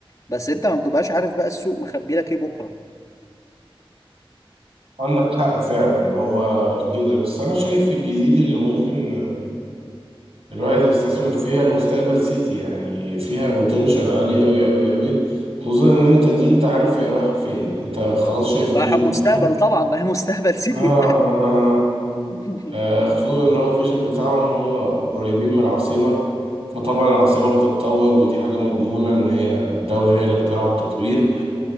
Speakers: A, on the left (about 30°); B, on the right (about 85°).
A: بس انت ما بتبقاش عارف بقى السوق مخبي لك ايه بكرة
B: عندك حق فعلا هو كده بس انا شايف الجديد اللي ممكن الواحد يستثمر فيها المستقبل سيتي يعني فيها بوتنشال عالي قوي قوي قوي خصوصا ان انت دي انت عارف هي رايحه فين انت خلاص شايف الفيجن
A: رايح المستقبل
B: بتاعها
A: طبعا ما هي مستقبل سيتي
B: آه, آه, آه, آه,
A: <laughs>
B: آه، خصوصا ان هو الفيجن بتاعهم هو قريبين من العاصمه فطبعا العاصمه بتتطور ودي حاجه مضمونه ان هي الدوله هي اللي بتلعب تطوير